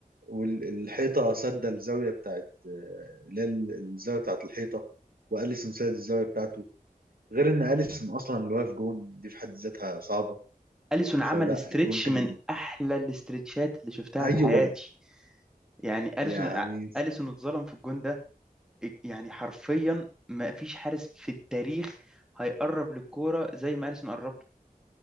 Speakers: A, on the right (about 75°); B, in the centre.
A: والحيطة سد الزاوية بتاعت آه، اللي هي الزاوية بتاعت الحيطة وأليسون سد الزاوية بتاعته غير إن أليسون أصلا اللي واقف جون دي في حد ذاتها صعبة
B: اليسون عمل
A: فلا
B: استريتش
A: الجون كان
B: من احلى الاستريتشات اللي شفتها
A: أيوه
B: في حياتي يعني اليسون
A: يعني
B: اليسون اتظلم في الجون ده يعني حرفيا ما فيش حارس في التاريخ هيقرب للكوره زي ما اليسون قرب له